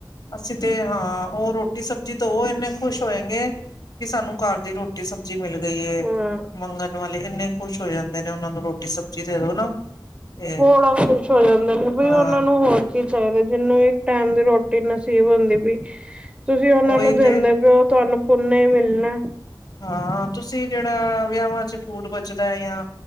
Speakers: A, on the left (about 55°); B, on the right (about 15°).
A: ਅਸੀਂ ਤੇ ਹਾਂ ਉਹ ਰੋਟੀ ਸਬਜ਼ੀ ਦੋ ਉਹ ਇੰਨੇ ਖੁਸ਼ ਹੋਏਗੇ ਕਿ ਸਾਨੂੰ ਘਰ ਦੀ ਰੋਟੀ ਰੋਟੀ ਸਬਜ਼ੀ ਮਿਲ ਗਈ ਏ,
B: ਹਮ
A: ਮੰਗਣ ਵਾਲੇ ਇੰਨੇ ਖੁਸ਼ ਹੋ ਜਾਂਦੇ ਨੇ ਉਹਨਾਂ ਨੂੰ ਰੋਟੀ ਸਬਜ਼ੀ ਦੇ ਦੋ ਨਾ। ਤੇ
B: ਬਾਲਾ ਖੁਸ਼ ਹੋ ਜਾਂਦੇ ਨੇ, ਬਈ
A: ਹਾਂ
B: ਉਹਨਾਂ ਨੂੰ ਹੋਰ ਕੀ ਚਾਹੀਦਾ ਜਿਹਨੂੰ ਇੱਕ ਟੈਮ ਦੀ ਰੋਟੀ ਨਸੀਬ ਹੁੰਦੀ ਪਈ ਤੁਸੀਂ ਉਹਨਾ
A: ਉਹੀ
B: ਨੂੰ ਦਿੰਦੇ
A: ਤੇ
B: ਪਿਓ ਤੁਹਾਨੂੰ ਪੁੁੰਨ ਹੀ ਮਿਲਣਾ।
A: ਹਾਂ ਤੁਸੀਂ ਜਿਹੜਾ ਵਿਆਹਾਂ ਚ ਫੂਡ ਬਚਦਾ ਹੈ ਜਾਂ